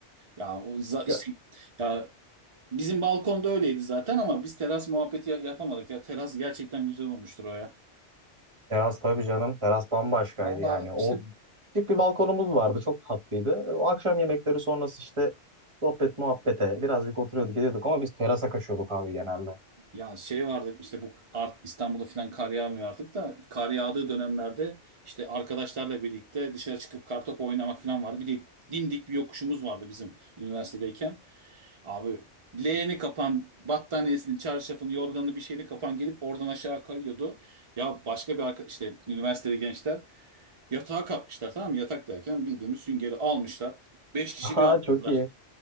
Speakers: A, on the right; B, on the right.
A: Ya o za- işte
B: Ya,
A: ya bizim balkonda öyleydi zaten ama biz teras muhabbeti ya- yapamadık ya. Teras gerçekten güzel olmuştur o ya.
B: Teras tabii canım. Teras bambaşkaydı
A: Valla
B: yani. O
A: işte
B: küçük bir balkonumuz vardı. Çok tatlıydı. E, O akşam yemekleri sonrası işte sohbet muhabbete birazcık oturuyorduk ediyorduk ama biz terasa kaçıyorduk abi genelde.
A: ya şey vardı işte bu art İstanbul'da falan kar yağmıyor artık da kar yağdığı dönemlerde işte arkadaşlarla birlikte dışarı çıkıp kartopu oynamak falan vardı. Bir de dimdik bir yokuşumuz vardı bizim üniversitedeyken. Abi leğeni kapan, battaniyesini, çarşafını, yorganını bir şeyini kapan gelip oradan aşağı kayıyordu. Ya başka bir arkadaş işte üniversitede gençler Yatağa kapmışlar tamam mı? Yatak derken bildiğimiz süngeri almışlar. Beş
B: <laughs>
A: kişi
B: Ha
A: bir atladılar.
B: çok iyi.